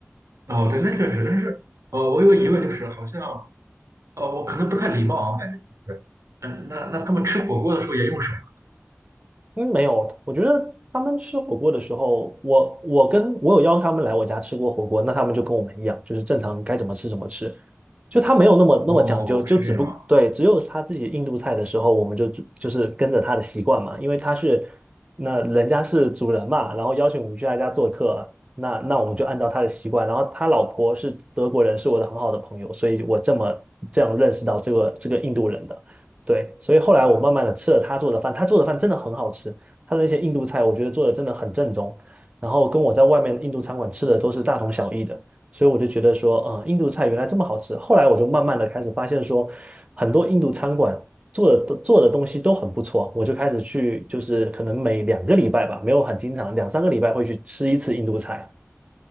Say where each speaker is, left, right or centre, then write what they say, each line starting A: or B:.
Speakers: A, on the right; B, on the right.
A: 哦，对，那确实，但是，哦，我有个疑问，就是好像，哦，我可能不太礼貌啊，我感觉就是，嗯、那那他们吃火锅的时候也用手吗
B: 嗯，没有，我觉得他们吃火锅的时候，我我跟我有邀他们来我家吃过火锅，那他们就跟我们一样，就是正常该怎么吃怎么吃，就他没有那么那么讲究，
A: 哦，
B: 就只不对，
A: 是这样啊，
B: 只有他自己印度菜的时候，我们就就是跟着他的习惯嘛，因为他是那人家是主人嘛，然后邀请我们去他家做客，那那我们就按照他的习惯，然后他老婆是德国人，是我的很好的朋友，所以我这么这样认识到这个这个印度人的。对，所以后来我慢慢的吃了他做的饭，他做的饭真的很好吃，他的那些印度菜我觉得做的真的很正宗，然后跟我在外面印度餐馆吃的都是大同小异的，所以我就觉得说，呃，印度菜原来这么好吃。后来我就慢慢的开始发现说，很多印度餐馆做的做的东西都很不错，我就开始去，就是可能每两个礼拜吧，没有很经常，两三个礼拜会去吃一次印度菜。